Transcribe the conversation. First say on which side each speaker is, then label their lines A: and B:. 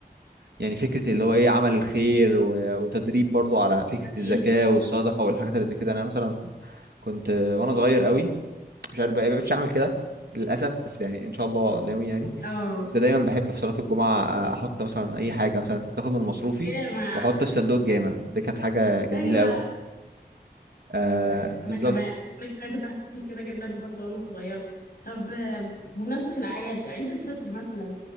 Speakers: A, on the right; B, on the left.
A: يعني فكره اللي هو ايه عمل الخير و... وتدريب برضو على فكره
B: أكيد
A: الزكاه والصدقه والحاجات اللي زي كده انا مثلا كنت آه، وانا صغير قوي مش عارف بقى مش هعمل كده للاسف بس يعني ان شاء الله ناوي يعني
B: اه
A: كنت دايما بحب في صلاه الجمعه آه، احط مثلا اي حاجه مثلا كنت اخد من مصروفي
B: جامع
A: واحط في صندوق الجامع دي كانت حاجه جميله
B: ايوه
A: قوي آه
B: ايوه ايوه انا
A: بالظبط
B: كمان انا كمان كنت بحب كده جدا برضو وانا صغيره طب آه، بمناسبه الاعياد عيد الفطر مثلا